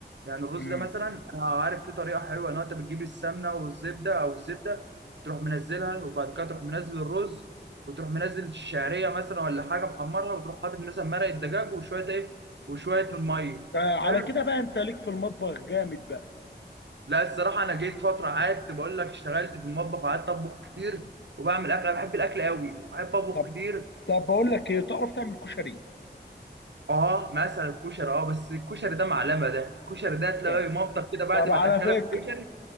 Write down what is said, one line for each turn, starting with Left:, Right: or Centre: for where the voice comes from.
Right: يعني الرز
Left: مم.
Right: ده مثلا انا عارف فيه طريقه حلوه ان انت بتجيب السمنه والزبده او الزبده تروح منزلها وبعد كده تروح منزل الرز وتروح منزل الشعريه مثلا ولا حاجه محمرها وتروح حاطط مثلا مرق الدجاج وشويه ايه وشويه من الميه
Left: آه، على
Right: حلو
Left: كده بقى انت ليك في المطبخ جامد بقى
Right: لا الصراحه انا جيت فتره قعدت بقول لك اشتغلت في المطبخ وقعدت اطبخ كتير وبعمل اكل انا بحب الاكل قوي وبحب اطبخ
Left: طب
Right: كتير
Left: طب بقول لك ايه تعرف تعمل كشري
Right: اه مثلا الكشري اه بس الكشري ده معلمه ده الكشري ده تلاقي
Left: طب
Right: مامتك كده بعد
Left: طب
Right: ما
Left: على
Right: تاكلك
Left: فكره
Right: الكشري